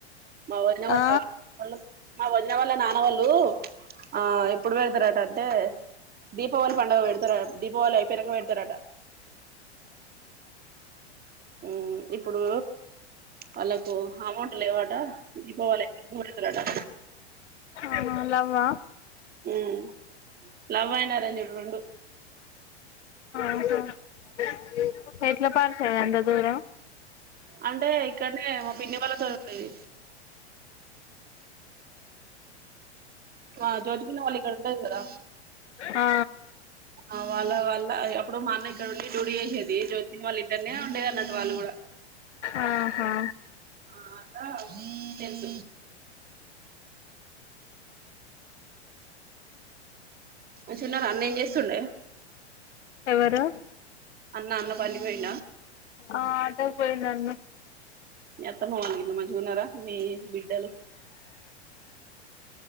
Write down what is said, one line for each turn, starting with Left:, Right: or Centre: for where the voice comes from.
Right: మా వదిన వాళ్లు
Left: ఆ
Right: రావాలే మా వదిన వాళ్ళ నాన్న వాళ్ళు ఆ ఎప్పుడు పెడతారట అంటే దీప పండగ వెడుతరు దీపావళి అయిపోనక వెడుతరట ఉమ్ ఇప్పుడు వాళ్ళకు అమౌంట్ లేవాట దీపావళి అయి పెడతారట
Left: ఆహా లవ్ ఆ
Right: ఉమ్ లవ్ అండ్ అరేంజ్డ్ రెండు
Left: ఆహా ఎట్ల పరిచయం ఎంత దూరం
Right: అంటే ఇక్కడనే మా పిన్ని వాళ్ళతో ఉండేది ఆ జ్యోతి పిన్ని వాళ్ళు ఇక్కడ ఉంటది కదా
Left: ఆ
Right: ఆ వాళ్ళ వాళ్ళ అప్పుడు మా అన్న ఇక్కడ ఉండి డ్యూటీ చేసేది జ్యోతి వాళ్ళ ఇంట్లనే ఉండేది అన్నట్టు వాళ్ళు కూడా
Left: ఆహా
Right: ఆ అట్ల తెలుసు మంచిగున్నారా అన్న ఏం చేస్తుండే
Left: ఎవరు
Right: అన్న అన్న పనికి పోయి
Left: ఆ అడ్డా కి పోయిండు
Right: మీ అత్తమ వాలు గిట్ల మాంచిగా ఉన్నారా మీ బిడ్డలు